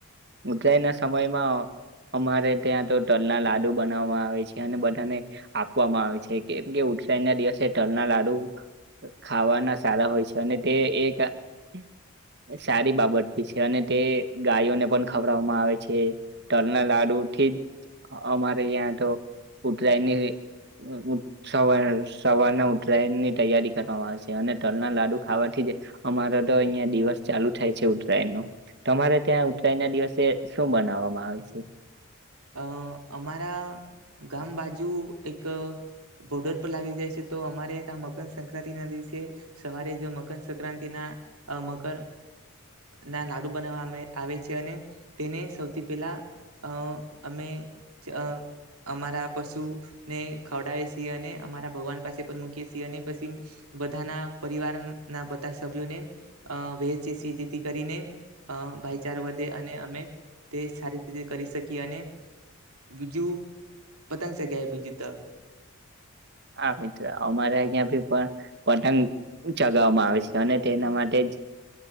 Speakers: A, on the right; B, on the right.
A: ઉત્તરાયણ ના સમયમાં અમારે ત્યાં તો તલના લાડુ બનાવવા આવે છે. બધાને બધાને આપવામાં આવે છે કેમ કે ઉતરાયણના દિવસે તલના લાડુ ખાવાના સારા હોય છે અને તે એક હમ્મ. સારી બાબતી છે અને તે ગાયોને પણ ખવડવામાં આવે છે તલના લાડુ થી અમારે યહાં ત્યાં તો ઉતરાયની હહ. સવાર સવારના ઉત્તરાયણ ની તૈયારી કરવામાં આવે છે અને તલના લાડુ ખાવાથી અમારો તો અહિયાં દિવસ ચાલુ થાય છે ઉત્તરાયનો તમારે ત્યાં ઉત્તરાય ના દિવસે શું બનાવો? ભાવે છે.
B: અ અમારા ગામ બાજુ એક બોર્ડર પર લાગી જાય છે તો અમારે ત્યા મકરસક્રાંતિ ના દિવસે સવારે જો મકરસક્રાંતિ ના મકર ના લાડુ બનાવવા આવે છે અને તેને સૌથી પેલા અ અમે અ અમારા પશુને ખવડાવે છીએ અને અમારા ભગવાન પાસે પણ મૂકીએ છીએ અને પછી બધાના પરિવાર ના બધા સભ્યોને અ વહેચી છીએ જેથી કરીને અ ભાઈચારો વધે અને અમે તે સારી રીતે કરી શકીએ અને બીજું પતંગ સગ્યા બીજું ત
A: હા મિત્ર અમારે અહ્યાં ભી પણ પતંગ ચગાવવામાં આવે છે અને તેના માટે જ